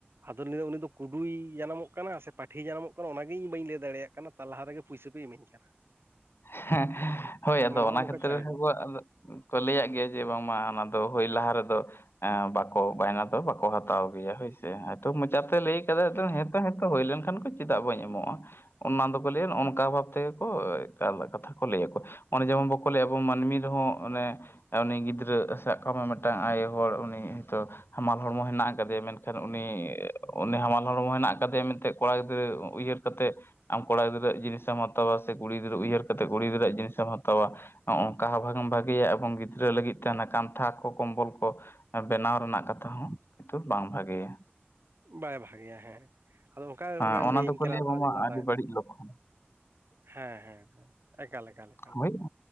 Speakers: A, on the right (about 65°); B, on the left (about 65°).
A: ᱟᱫᱚ ᱞᱟᱹᱭ ᱫᱚ ᱩᱱᱤ ᱫᱚ ᱠᱩᱰᱩᱭ ᱡᱟᱱᱟᱢᱚᱜ ᱠᱟᱱᱟ ᱥᱮ ᱯᱟᱹᱴᱷᱤᱭ ᱡᱟᱱᱟᱢᱚᱜ ᱠᱟᱱᱟ? ᱚᱱᱟ ᱜᱮ ᱤᱧ ᱵᱟᱹᱧ ᱞᱟᱹᱭ ᱫᱟᱲᱮᱭᱟᱜ ᱠᱟᱱᱟ ᱛᱟᱨ ᱞᱟᱦᱟ ᱨᱮᱜᱮ ᱯᱚᱭᱥᱟᱹ ᱯᱮ ᱤᱟᱹᱧ ᱠᱟᱱᱟ ᱾
B: <inaudible> ᱦᱳᱭ, ᱟᱫᱚ
A: ᱦᱚᱸᱜᱼᱚ
B: ᱚᱱᱟ
A: ᱱᱚᱝᱠᱟ
B: ᱠᱷᱟᱹᱛᱤᱨ
A: ᱪᱟᱭᱫᱟ
B: ᱟᱵᱚᱣᱟᱜ ᱠᱚ ᱞᱟᱹᱭᱟᱜ ᱜᱮᱭᱟ ᱡᱮ ᱵᱟᱝᱢᱟ ᱚᱱᱟ ᱫᱚ ᱦᱩᱭ ᱞᱟᱦᱟ ᱨᱮᱫᱚ ᱦᱮᱸ ᱵᱟᱠᱚ ᱵᱟᱭᱱᱟ ᱫᱚ ᱵᱟᱠᱚ ᱦᱟᱛᱟᱣ ᱜᱮᱭᱟ ᱦᱳᱭ ᱥᱮ ᱛᱚ ᱢᱚᱪᱟᱛᱮ ᱞᱟᱹᱭ ᱠᱟᱫᱟᱭ ᱦᱮᱸ ᱛᱚ ᱦᱩᱭ ᱞᱮᱱᱠᱷᱟᱱ ᱠᱚ ᱪᱮᱫᱟᱜ ᱵᱟᱹᱧ ᱮᱢᱚᱜᱼᱟ ᱾ ᱚᱱᱟ ᱫᱚᱠᱚ ᱞᱟᱹᱭᱟ ᱚᱱᱠᱟ ᱵᱷᱟᱵ ᱛᱮᱜᱮ ᱠᱚ ᱠᱟᱛᱷᱟ ᱠᱚ ᱞᱟᱹ ᱟᱠᱚ ᱚᱱᱮ ᱡᱮᱢᱚᱱ ᱵᱟᱠᱚ ᱞᱟᱹᱭᱟ ᱟᱵᱚ ᱢᱟᱹᱱᱢᱤ ᱨᱮᱦᱚᱸ ᱚᱱᱮ ᱩᱱᱤ ᱜᱤᱫᱽᱨᱟᱹ ᱥᱟᱵ ᱠᱟᱜ ᱢᱮ ᱢᱤᱫᱴᱟᱝ ᱟᱭᱳ ᱦᱚᱲ ᱩᱱᱤ ᱦᱚᱭᱛᱳ ᱦᱟᱢᱟᱞ ᱦᱚᱲᱢᱚ ᱦᱮᱱᱟᱜ ᱟᱠᱟ ᱫᱮᱭᱟ ᱢᱮᱱᱠᱷᱟᱱ ᱩᱱᱤ ᱩᱱᱤ ᱦᱟᱢᱟᱞ ᱦᱚᱲᱢᱚ ᱦᱮᱱᱟᱜ ᱟᱠᱟ ᱫᱮᱭᱟ ᱢᱮᱱᱛᱮᱫ ᱠᱚᱲᱟ ᱜᱤᱫᱽᱨᱟᱹ ᱩᱭᱦᱟᱹᱨ ᱠᱟᱛᱮᱜ ᱟᱢ ᱠᱚᱲᱟ ᱜᱤᱫᱽᱨᱟᱹ ᱟᱨ ᱡᱤᱱᱤᱥᱮᱢ ᱦᱟᱛᱟᱣᱟ ᱥᱮ ᱠᱩᱲᱤ ᱜᱤᱫᱨᱟᱹ ᱩᱭᱦᱟᱹᱨ ᱠᱟᱛᱮ ᱠᱩᱲᱤ ᱜᱤᱫᱽᱨᱟᱹ ᱡᱤᱱᱤᱥᱮᱢ ᱦᱟᱛᱟᱣᱟ, ᱱᱚᱜᱚ ᱱᱚᱝᱠᱟ ᱦᱚᱸ ᱵᱟᱝ ᱵᱷᱟᱹᱜᱤᱭᱟ ᱮᱵᱚᱝ ᱜᱤᱫᱽᱨᱟᱹ ᱞᱟᱹᱜᱤᱫ ᱛᱮ ᱚᱱᱟ ᱠᱟᱱᱛᱷᱟ ᱠᱚ ᱠᱚᱢᱵᱚᱞ ᱠᱚ ᱵᱮᱱᱟᱣ ᱨᱮᱱᱟᱜ ᱠᱟᱛᱷᱟ ᱦᱚᱸ ᱠᱤᱱᱛᱩ ᱵᱟᱝ ᱵᱷᱟᱹᱜᱮᱭᱟ ᱾
A: ᱵᱟᱭ ᱵᱷᱟᱜᱮᱭᱟ ᱦᱮᱸ ᱟᱫᱚ ᱚᱱᱠᱟ
B: ᱦᱮᱸ
A: ᱚᱱᱠᱟᱭ
B: ᱚᱱᱟ
A: ᱞᱟᱹᱭᱟᱹᱧ
B: ᱫᱚᱠᱚ
A: ᱠᱟᱱᱟ
B: ᱞᱟᱹᱭᱟ
A: ᱟᱫᱚ
B: ᱵᱟᱝ
A: ᱟᱫᱚᱧ
B: ᱢᱟ
A: ᱞᱟᱸᱫᱟᱭ
B: ᱟᱹᱰᱤ ᱵᱟᱹᱲᱤᱡ ᱞᱚᱠᱷᱱ ᱾
A: ᱦᱮᱸ ᱦᱮᱸ ᱮᱠᱟᱞ ᱮᱠᱟᱞ ᱾
B: ᱦᱚᱭ